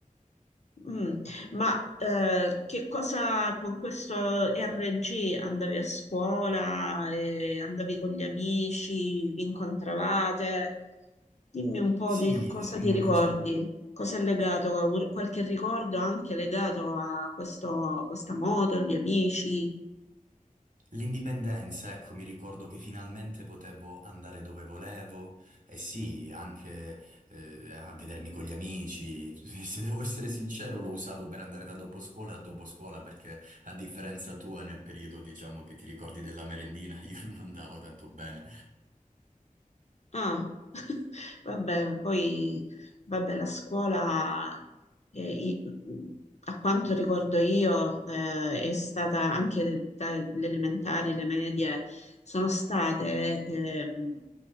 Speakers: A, on the left; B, on the right.
A: Mm, Ma eh, che cosa con questo RG andavi a scuola, e andavi con gli amici, vi incontravate? Dimmi un po'
B: Sì,
A: di cosa
B: simboleggia.
A: ti ricordi, cosa è legato, qualche ricordo anche legato a questo- questa moto, gli amici.
B: L'indipendenza, ecco, mi ricordo che finalmente potevo andare dove volevo e sì, anche eh, a vedermi con gli amici. <laughs> Se devo essere sincero, lo usavo per andare da dopo scuola a dopo scuola perché a differenza tua, nel periodo, diciamo, che ti ricordi della merendina, <laughs> io non andavo tanto bene.
A: Ah, <laughs> vabbè, poi vabbè, la scuola, eh, i- a quanto ricordo io, eh, è stata anche dalle elementari, le medie, sono state, ehm,